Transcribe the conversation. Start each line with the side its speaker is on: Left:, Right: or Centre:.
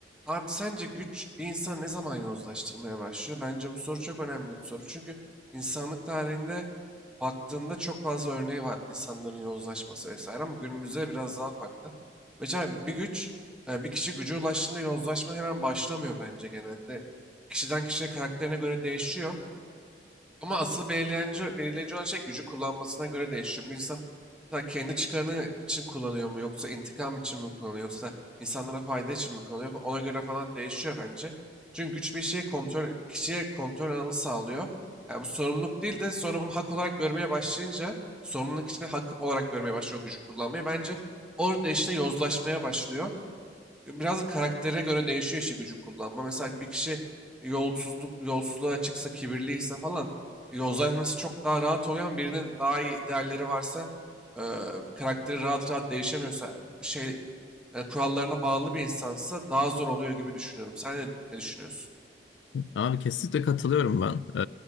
Centre: Abi sence güç bir insanı ne zaman yozlaştırmaya başlıyor? Bence bu soru çok önemli bir soru. Çünkü insanlık tarihinde baktığında çok fazla örneği var insanların yozlaşması vesaire ama günümüzde biraz daha farklı. Mesela bir güç, e, bir kişi güce ulaştığında yozlaşma hemen başlamıyor bence genelde. Kişiden kişiye karakterine göre değişiyor. Ama asıl belirleyici, belirleyici olan şey gücü kullanmasına göre değişiyor. Bu insan mesela kendi çıkarını için kullanıyor mu yoksa intikam için mi kullanıyor yoksa insanlara fayda için mi kullanıyor fa- ona göre falan değişiyor bence. Çünkü güç bir şeye kontrol, kişiye kontrol alanı sağlıyor. Yani bu sorumluluk değil de sonra bunu hak olarak görmeye başlayınca sorumluluk içinde hak olarak görmeye başlıyor o gücü kullanmayı. Bence orada işte yozlaşmaya başlıyor biraz da karaktere göre değişiyor işi gücü kullanma. Mesela bir kişi yolsuzluk, yolsuzluğa açıksa, kibirliyse falan yozlaşması çok daha rahat oluyor ama birinin daha iyi değerleri varsa e, karakteri rahat rahat değişemiyorsa şey e, kurallarına bağlı bir insansa daha zor oluyor gibi düşünüyorum. Sen ne, ne düşünüyorsun?
Left: Abi kesinlikle katılıyorum ben. Ee,